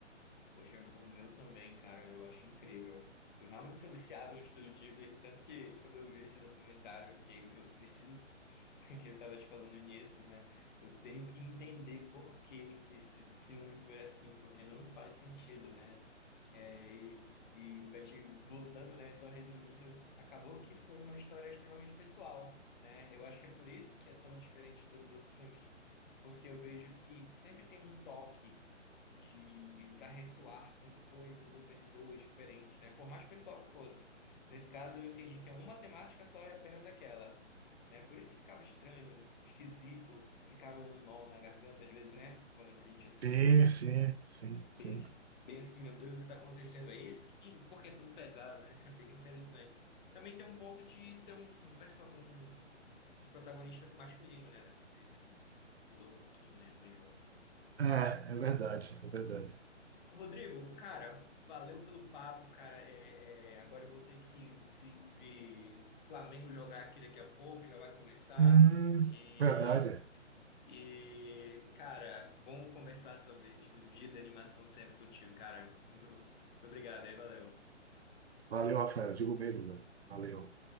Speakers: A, on the left; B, on the right.
A: Poxa, o meu também, cara, eu acho incrível. Eu realmente sou viciado no Estúdio Ghibli, tanto que quando eu vi esse documentário, eu fiquei, eu preciso, s- <laughs> que ele tava te falando nisso, né? Eu tenho que entender por que que esse filme foi assim, porque não faz sentido, né? É, e, e para te voltando, né, só resumindo, acabou que foi uma história extremamente pessoal, né? Eu acho que é por isso que é tão diferente de todos os outros filmes, porque eu vejo que sempre tem um toque de para ressoar com coisas ou pessoas diferentes, né? Por mais pessoal que fosse. Nesse caso, eu entendi que é uma temática só e apenas aquela, né? Por isso que ficava estranho, esquisito, ficava um nó na garganta às vezes, né? Quando a gente assistia.
B: Sim, sim, sim,
A: Bem,
B: sim.
A: bem assim, meu Deus, o que está acontecendo? É isso? E por que é tão pesado, né? <laughs> Bem interessante. Também tem um ponto de ser um, perso- um, um protagonista masculino, né? Dessa vez isso mudou um pouquinho, né? Mais jovem.
B: É, é verdade, é verdade.
A: Rodrigo, cara, valeu pelo papo, cara. É, é, agora eu vou ter que vi- ver o Flamengo jogar aqui daqui a pouco, já vai começar.
B: Hum,
A: E,
B: verdade.
A: e, cara, bom conversar sobre estúdio de animação sempre contigo, cara. Muito, muito obrigado aí, valeu.
B: Valeu, Rafael. Digo mesmo, velho. Valeu.